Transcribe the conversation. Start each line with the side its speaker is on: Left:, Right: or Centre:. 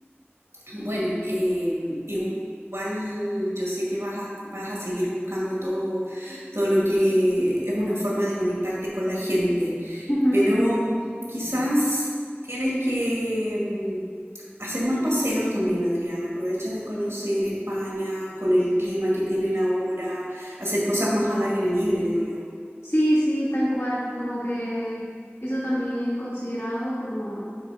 Right: <clears throat> bueno, eh, igual yo sé que vas a, vas a seguir buscando todo, todo lo que es una forma de conectarte con la gente,
Left: ujú.
Right: pero quizás tienes que mm, hacer más paseos también, Adriana. Aprovecha de conocer España con el clima que tienen ahora, hacer cosas más al aire libre, digo yo.
Left: Sí, sí, tal cual, como que eso también he considerado como...